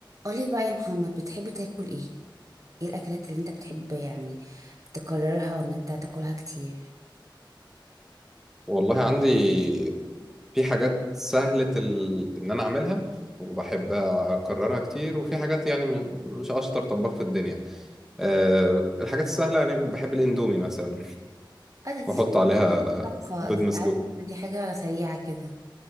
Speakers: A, on the right; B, in the centre.
A: قولي بقى يا محمد بتحب تاكل ايه ايه الاكلات اللي انت بتحب يعني تكررها وان انت تاكلها كتير
B: والله عندي في حاجات سهلة ال... إن أنا أعملها وبحب أكررها كتير وفي حاجات يعني م- مش أشطر طباخ في الدنيا أه الحاجات السهلة يعني بحب الإندومي مثلا
A: اه دي
B: وأحط
A: دي
B: عليها
A: دي طبخة
B: بيض
A: دي
B: مسلوق
A: عارفة دي حاجة سريعة كده